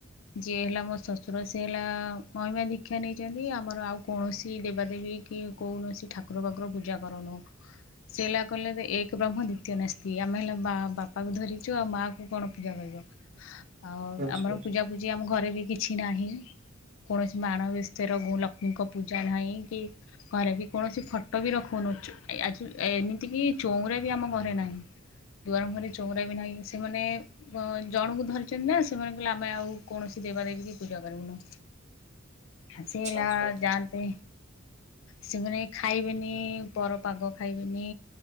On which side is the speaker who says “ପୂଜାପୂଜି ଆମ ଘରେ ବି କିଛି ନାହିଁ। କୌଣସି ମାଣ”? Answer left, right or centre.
Left